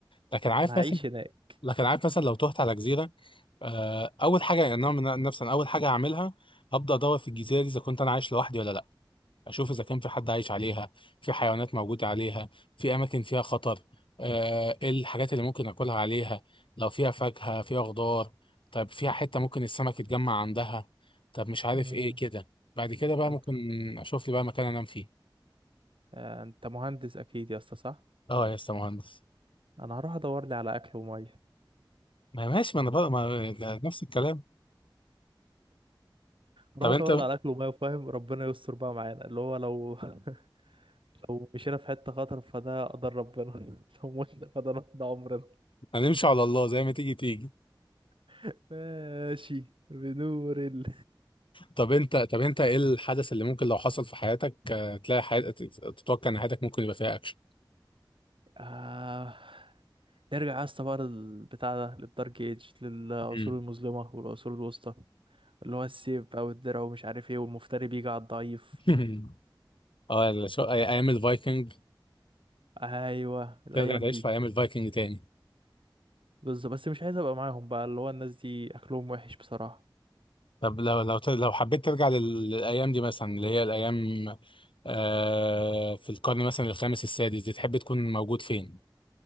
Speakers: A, on the left; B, on the right.
A: لكن عارف
B: انا هعيش
A: مثلا
B: هناك
A: لكن عارف مثلا لو تهت على جزيره آه اول حاجه يعني انا من نفسي أنا اول حاجه هعملها هبدا ادور في الجزيره دي اذا كنت انا عايش لوحدي ولا لا اشوف اذا كان في حد عايش عليها في حيوانات موجوده عليها في اماكن فيها خطر آه، ايه الحاجات اللي ممكن اكلها عليها لو فيها فاكهه فيها خضار طب فيها حته ممكن السمك يتجمع عندها طب مش عارف
B: امم
A: ايه كده بعد كده بقى
B: انت
A: ممكن اشوف لي بقى مكان انام فيه
B: آه، انت مهندس اكيد يا اسطى صح
A: اه يا اسطى مهندس
B: انا هروح ادور لي على اكل وميه
A: ما ماشي ما انا بقى ما ده نفس الكلام
B: هروح
A: طب
B: ادور
A: انت
B: لي على اكل وميه فاهم ربنا يستر بقى معانا اللي هو لو <laughs> لو مشينا في حته خطر فده قدر ربنا <laughs> لو متنا فده نقضي عمرنا
A: هنمشي على الله زي ما تيجي تيجي
B: <laughs> ماشي بنور ال
A: طب انت طب انت ايه الحدث اللي ممكن لو حصل في حياتك آه، تلاقي حياتك تتوقع ان حياتك ممكن يبقى فيها اكشن
B: آه... نرجع يا اسطى بقى للبتاع ده للدارك ايج للعصور
A: امم
B: المظلمه والعصور الوسطى اللي هو السيف او الدرع ومش عارف ايه والمفتري بيجي على الضعيف
A: امم <laughs> اه ال- شو- أي- ايام الفايكنج
B: ايوه الايام
A: ترجع تعيش
B: دي
A: في ايام الفايكنج تاني
B: بالظبط بس مش عايز ابقى معاهم بقى اللي هو الناس دي اكلهم وحش بصراحه
A: طب لو لو ت- لو حبيت ترجع لل- للايام دي مثلا اللي هي الايام آه في القرن مثلا الخامس السادس دي تحب تكون موجود فين؟